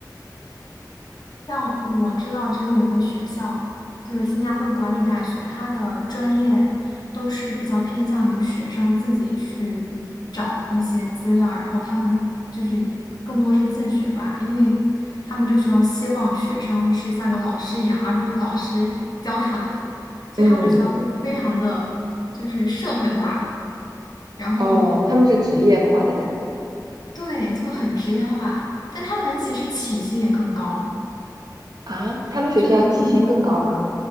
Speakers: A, on the left; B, on the right.
A: 像我知道这边有一个学校，就是新加坡管理大学，它的专业都是比较偏向于学生自己去找一些资料，然后他们就是更多是自学吧，因为他们这个学校希望学生是像个老师一样，而不是老师教他们，所以他们这个学校就非常的就是社会化了，
B: 嗯，
A: 然后
B: 哦，他们是职业化的感觉吧
A: 对，就很职业化，但他们其实起薪也更高。
B: 啊，他们学校起薪更高吗？
A: 就是嗯。